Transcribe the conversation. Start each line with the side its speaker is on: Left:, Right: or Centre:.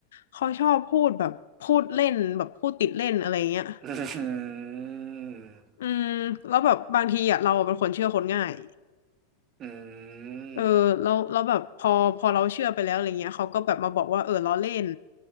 Left: เขาชอบพูดแบบพูดเล่นแบบพูดติดเล่นอะไรเงี้ย
Right: อืม
Left: อืมแล้วแบบบางทีอ่ะเราเป็นคนเชื่อคนง่าย
Right: อืม
Left: เออเราเราแบบพอพอเราเชื่อไปแล้วอะไรเงี้ยเขาก็แบบมาบอกว่าเออล้อเล่น